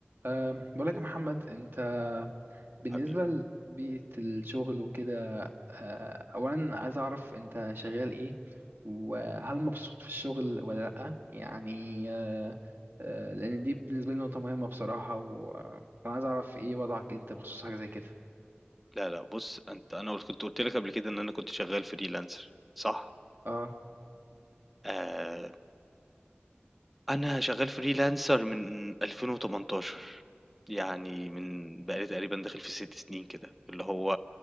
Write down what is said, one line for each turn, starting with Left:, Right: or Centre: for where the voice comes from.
Right: أم، بقول لك يا محمد انت بالنسبة
Centre: حبيبي
Right: لبيئة الشغل وكده أه، اولا عايز اعرف انت شغال ايه وهل مبسوط في الشغل ولا لأ يعني أه، أه، لان دي بالنسبة لي نقطة مهمة بصراحة و- آه، فانا عايز اعرف ايه وضعك انت بخصوص حاجة زي كده
Centre: لا لا بُص أنت أنا قل كنت قُلت لك قبل كده إن أنا كنت شغال freelancer صح؟
Right: اه
Centre: آآ، أنا شغال freelancer من 2018 يعني من بقى لي تقريبًا داخل في 6 سنين كده، اللي هو